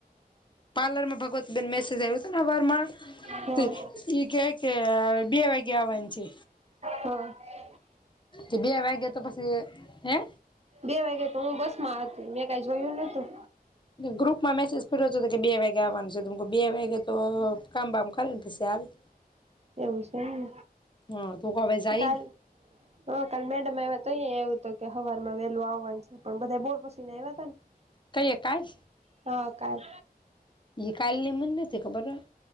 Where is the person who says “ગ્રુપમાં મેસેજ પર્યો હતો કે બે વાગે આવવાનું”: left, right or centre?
Left